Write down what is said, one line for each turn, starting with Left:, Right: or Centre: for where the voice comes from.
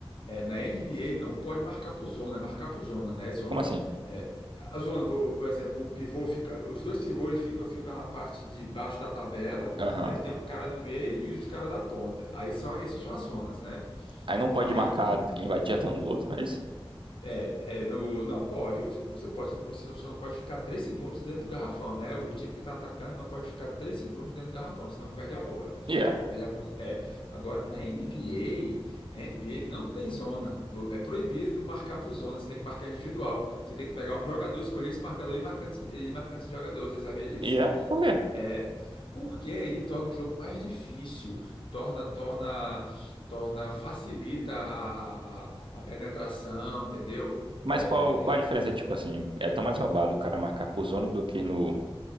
Left: É, na NBA não pode marcar por zona, é marcar por zona, né? É Zona.
Right: Como assim?
Left: É, a zona, vo- por exemplo, o pivô fica, os dois pivôs eles ficam, ficam na parte de baixo da tabela,
Right: Aham.
Left: aí tem um cara no meio e os caras da ponta. Aí são, essas são as zonas, né?
Right: Aí não pode
Left: Aí
Right: marcar, invadir a zona do outro, é isso?
Left: é, é no, não pode, você você pode, você só não pode ficar três segundos dentro do garrafão, né? O time que está atacando não pode ficar três segundos dentro do garrafão, senão perde a bola.
Right: E é?
Left: Perdeu a posse- É, agora na NBA, na NBA não tem zona. Vo- É proibido marcar por zona, você tem que marcar individual. Você tem que pegar um jogador, escolher esse marcador e marcando, esse- e marcando esse jogador. Você sabia disso?
Right: E é? Por quê?
Left: É, porque aí torna o jogo mais difícil, torna, torna, torna, facilita a, a, a, a penetração, entendeu?
Right: Mas
Left: É,
Right: qual, qual a diferença? Tipo assim, é tão mais roubado o cara marcar por zona do que no